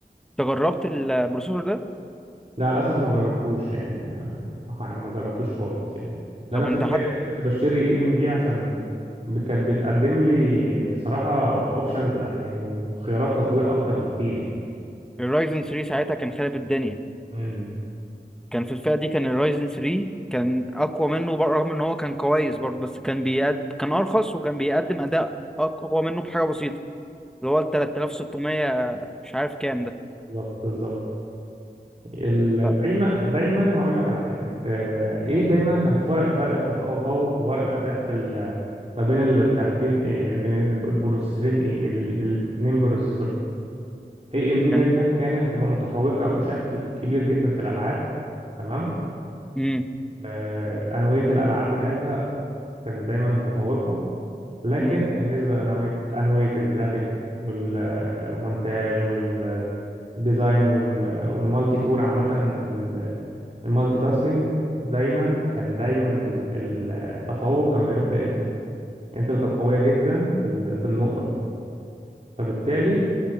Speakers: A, in the centre; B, on the right (about 35°).
A: انت جربت البروسيسور ده
B: لا للاسف ما جربتوش يعني ما ما ما جربتوش خالص يعني لأن
A: طب
B: انا في
A: انت
B: الفئه
A: حتى
B: دي كنت بشتري اي ام دي عشان بت- كانت بتقدم لي بصراحه اوبشنز يعني وخيارات تطوير اكتر بكتير يعني
A: الرايزن 3 ساعتها كان خارب الدنيا
B: امم
A: كان في الفئه دي كان الرايزن 3 كان اقوى منه بر- رغم ان هو كان كويس برضه بس كان بيقد... كان ارخص وكان بيقدم اداء اقوى منه بحاجه بسيطه اللي هو ال 3600 مش عارف كام ده.
B: بالظبط بالظبط ال-
A: ف-
B: دايما دايما هقول لك على حاجه آه، ايه دايما كان فرق فرق التفوق وفرق الاداء في ال- ما بين الكارتين إيه بين البروسيسورين ايه ال- الاتنين بروسيسور اي ام دي دايما
A: كان
B: كانت بتبقى متفوقه بشكل كبير جدا في الالعاب تمام
A: امم
B: آه، انويه الالعاب بتاعتها كانت دايما متفوقه لكن
A: امم
B: بالنسبه لانويه انويه الجرافيك والمونتاج والديزاين وال- والمالتي كور عامه ال- المالتي تاسكينج دايما كان دايما ال- ال- التفوق كان بيروح لانتل انتل كانت قويه جدا في ال- في النقطه دي فبالتالي